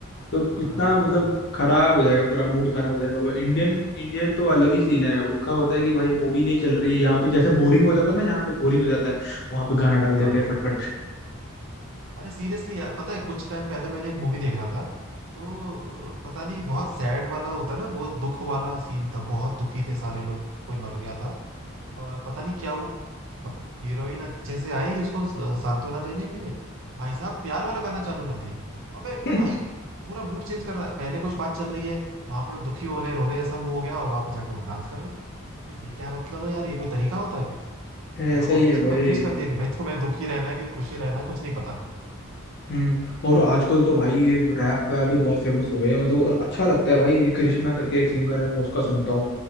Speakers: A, on the left; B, on the right.
A: तो कितना
B: हाँ हाँ
A: मतलब
B: हाँ
A: खराब हो जाएगा पूरा मूड खराब हो जाएगा इंडियन इंडियन तो अलग ही सीन है उनका होता है कि भाई मूवी नहीं चल रही है यहाँ पे जैसे बोरिंग हो जाता है ना यहाँ पे बोरिंग हो जाता है वहां पे
B: हाँ
A: गाना डाल
B: हाँ
A: देते हैं फटफट
B: अरे सीरियसली यार पता है कुछ टाइम पहले मैंने एक मूवी देख रहा था तो अ, पता नहीं बहुत सैड वाला होता है ना बहुत दुख वाला सीन था बहुत दुखी थे सारे लोग कोई मर गया था और पता नहीं क्या हुआ हीरोइन अच्छे से आई उसको स- सांत्वना देने के लिए भाई साहब प्यार वाला गाना चालू कर दिया अबे
A: <clears throat>
B: भाई पूरा मूड चेंज कर रहा है पहले कुछ बात चल रही है वहां पे हम दुखी हो रहे हैं रोने जैसा मुंह हो गया और वहां पे जाके वो डांस कर रहे हैं तो ये क्या मतलब है यार ये कोई तरीका होता है
A: <laughs> ऐसा
B: ऑडियंस
A: ही है
B: को
A: भाई
B: कंफ्यूज कर दिया कि भाई तुम्हें दुखी रहना है कि खुशी रहना है कुछ नहीं पता
A: हम्म और आजकल तो भाई ये रैप वैप भी बहुत फेमस हो गए हैं मतलब और अच्छा लगता है भाई ये कृष्णा करके एक सिंगर है मैं उसका सुनता हूँ